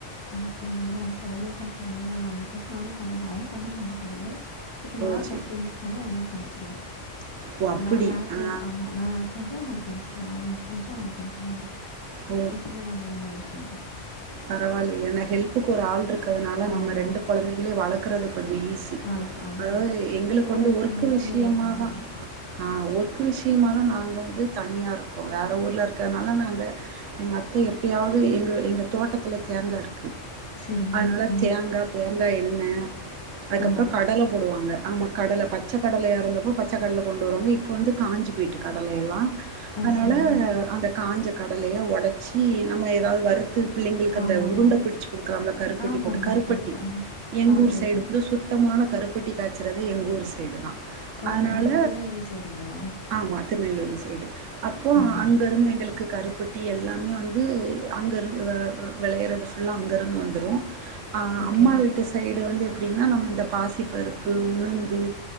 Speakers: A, on the left; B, on the right.
A: அ இல்லங்க ஏனா அவங்க குழந்தைய பாக்குறதுனால அவங்களுக் ஒசறோ நானே பண்ணிருவ அவங்களு பண்ணிடுவாங்க சமையலு இப்ப யார்
B: ஓ! சரி.
A: ஃபஸ்ட் எழுத்திருப்பாங்ளோ அவங்க வந்து சமச்சிருவோ
B: ஓ!
A: இப்ப
B: அப்படி.
A: நா நேரத்ல
B: ஆ.
A: ஆமா நா நேரத்ல எழுத்திருச்சா நா சமைச்சிருவே அவங்க நேரத்ல எழுதிருச்சா அவங்க சமச்சிருவாங்க
B: ஓ!
A: இப்டிதா நாங்க வந்து மேனேஜ் பண்ணிக்கிவோ
B: பரவாயில்ல ஏனா ஹெல்புக்கு ஒரு ஆள் இருக்கறதுனால
A: ஆமா.
B: நம்ம ரெண்டு குழந்தைகளையு வளக்கறது கொஞ்ச ஈஸி
A: வழக்கம். ஆமாங்க.
B: அதாவது எங்களுக்கு
A: கூட
B: வந்து
A: இருக்கிறனால
B: ஒர்க்கு விஷயமாதா
A: வந்து பரவால்ல.
B: அ ஒர்க்கு விஷயமா நாங்க வந்து தனியா இருக்கோ வேற ஊருல இருக்கறதுனால நாங்க எங்க அத்தை எப்யாவது எங்க எங்க பக்கதுல தேங்கா இருக்கு
A: சரிங்க.
B: அதனால
A: ம்.
B: தேங்கா தேங்கா எண்ணெ அதுக்கப்றோ
A: ஓ!
B: கடல போடுவாங்க ஆமா கடல பச்ச கடல இருந்தப்ப பச்சக்கடல கொண்டு வருவாங்க இப்போ வந்து காஞ்சு போய்ட்ருக்கு கடலயெல்லா
A: ஆ
B: அதனால
A: சரிங்க.
B: அந்த காஞ்ச கடலைய உடைச்சி நம்ம ஏதாவது வறுத்து பிள்ளைங்களுக்கு
A: ஆமாமா.
B: அந்த உருண்ட புடிச்சு கொடுக்கலா கருப்பட்டி
A: ஆமாமா.
B: போட்டு கருப்பட்டி
A: கருப்பட்ட ஆமா.
B: எங்கூர்
A: ஆ தெரியும்,
B: சைடு
A: தெரியும்.
B: வந்து சுட் சுத்தமான கருப்பட்டி காய்ச்சறது எங்க ஊரு சைடு தா
A: ஓ!
B: அதனால
A: நீங்க திருநெல்வேலி சைடுங்களா?
B: ஆமா திருநெல்வேலி சைடு அப்போ
A: ம்.
B: அங்க இருந்து எங்களுக்கு கருப் பட்டி எல்லாமே வந்து அங்கயிருந்து வெளையறது ஃபுல்லா அங்கயிருந்து வந்துரு ஆ
A: ஓகே.
B: அம்மா வீட்டு சைடு வந்து எப்டினா நம்ம இந்த பாசி பருப்பு உளுந்து